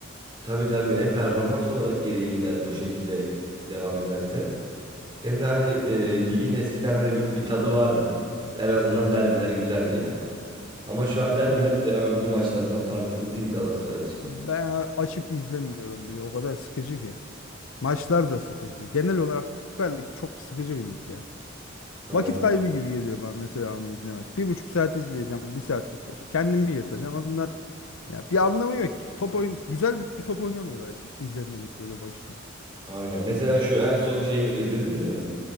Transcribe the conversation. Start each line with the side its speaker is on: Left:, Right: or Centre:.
Right: Tabii tabii hem performans olarak geriye gider bu şekilde devam ederse. Hem de hani e, ligin eskiden hani bir bir tadı vardı. En azından derbiler güzeldi yani. Ama şu an derbiler
Left: Ya
Right: de Anadolu maçlarından farksız değil Galatasaray için.
Left: ben açıp izlemiyorum bile. O kadar sıkıcı ki. Maçlar da sıkıcı. Genel olarak Süper Lig çok sıkıcı bir lig ya.
Right: Aynen.
Left: Vakit kaybı gibi geliyor bana mesela onu izlemek. Bir buçuk saat izleyeceğim. Bir saat kırk beş'e. Kendimi yırtacağım. Onlar ya bir anlamı yok ki. Top oyun güzel bir top oynamıyorlar izlemelik böyle başında.
Right: Aynen. Mesela şu en son şeyimi izlediniz mi?